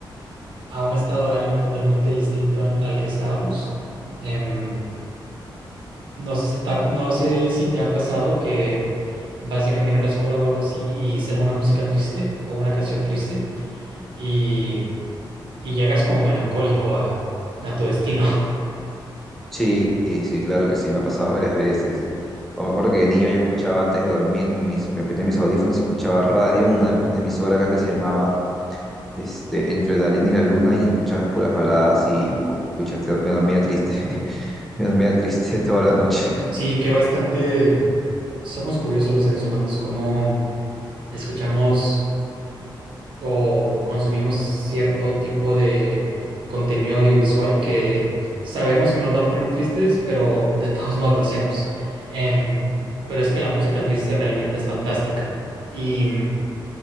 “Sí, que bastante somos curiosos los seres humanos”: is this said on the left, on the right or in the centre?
Right